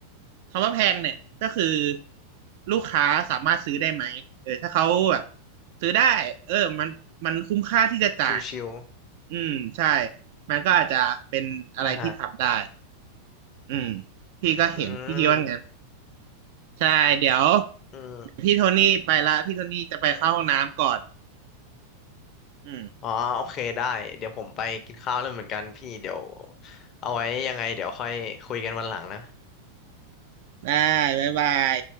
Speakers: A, on the right; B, on the left.
A: คำว่าแพงเนี่ยก็คือลูกค้าสามารถซื้อได้ไหมเออถ้าเขาแบบซื้อได้เออมันมันคุ้มค่าที่จะจ่าย
B: ชิว
A: อืมใช่มันก็อาจจะเป็นอะไรที่ทำได้
B: ๆอ่ะฮะ
A: อืมพี่ก็เห็นพี่คิดว่างั้น
B: อืม
A: ใช่เดี๋ยว
B: อืม
A: เดี๋ยวพี่โทนี่ไปละพี่โทนี่จะไปเข้าห้องน้ำก่อนอืม
B: อ๋อโอเคได้เดี๋ยวผมไปกินข้าวแล้วเหมือนกันพี่เดี๋ยวเอาไว้ยังไงเดี๋ยวค่อยคุยกันวันหลังนะ
A: ได้บ๊ายบาย